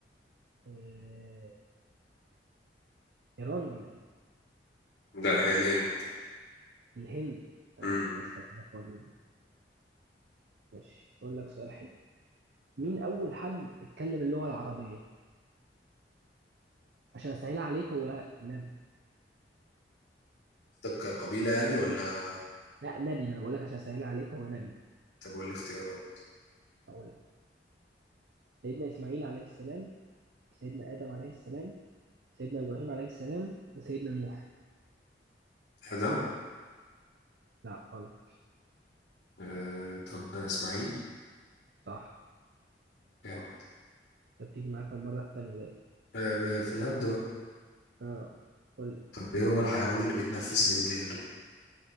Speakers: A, on the right (about 65°); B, on the left (about 80°).
A: آه إيران ولا إيه
B: لا هي الهند
A: الهند آه
B: امم
A: كنت بستخدمها في وجبة دي ماشي أقول لك سؤال حلو مين أول حد اتكلم اللغة العربية عشان أسهل عليك هو نبي
B: قصدك قبيلة يعني ولا
A: لا نبي ما أنا بقول لك عشان أسهل عليك هو نبي
B: طب قول لي اختيارات
A: أقول لك سيدنا إسماعيل عليه السلام سيدنا آدم عليه السلام سيدنا إبراهيم عليه السلام وسيدنا نوح
B: آدم
A: لا غلط
B: آه طب إسماعيل
A: صح
B: جامد
A: أنت بتيجي معاك المرة التانية ده
B: آه في الهبد بقى
A: آه قول لي
B: طب إيه هو الحيوان اللي بيتنفس من جلده